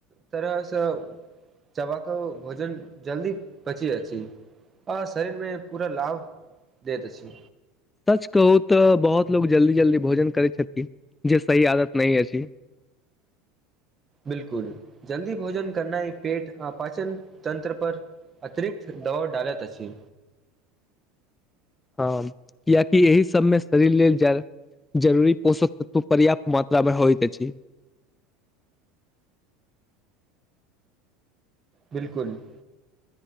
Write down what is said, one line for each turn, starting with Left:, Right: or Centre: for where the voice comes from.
Right: तरहसँ चबबाक भोजन जल्दी पची आ शरीरमे पूरा लाभ दैत अछि।
Left: सच कहू तऽ बहुत लोग जल्दी जल्दी भोजन करै छथि जे सही आदत नहि अछि।
Right: बिलकुल जल्दी भोजन करनाइ पेट आाचन तंत्र पर अतिरिक्त दबाव डालैत अछि।
Left: कियकि एहि सबमे शरीर लेल जरूरी पोषक तत्व पर्याप्त मात्रामे होइत अछि। <unintelligible>
Right: बिलकुल। <unintelligible>